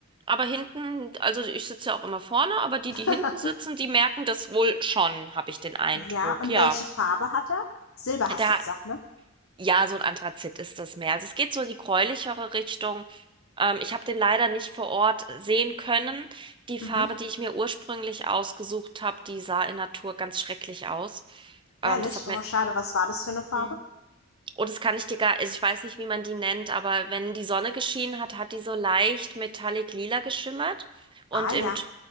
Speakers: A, on the right; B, on the left.
A: aber hinten, also ich sitze ja auch immer vorne, aber die,
B: <laughs>
A: die hinten sitzen, die merken das wohl schon, habe ich den Eindruck,
B: ja, und
A: ja.
B: welche Farbe hat er? Silber
A: Da
B: hast du gesagt, ne?
A: Ja, so ein Anthrazit ist das mehr. Also es geht so in die gräulichere Richtung. Ähm, ich habe den leider nicht vor Ort sehen können. Die Farbe,
B: Mhm.
A: die ich mir ursprünglich ausgesucht habe, die sah in Natur ganz schrecklich aus. Ähm,
B: Herrlich?
A: das hat
B: Oh,
A: mir.
B: schade. Was war das für eine Farbe?
A: Mhm. Oh, das kann ich dir gar, also ich weiß nicht, wie man die nennt, aber wenn die Sonne geschienen hat, hat die so leicht metallic lila geschimmert. Und
B: Ah ja.
A: im Tr-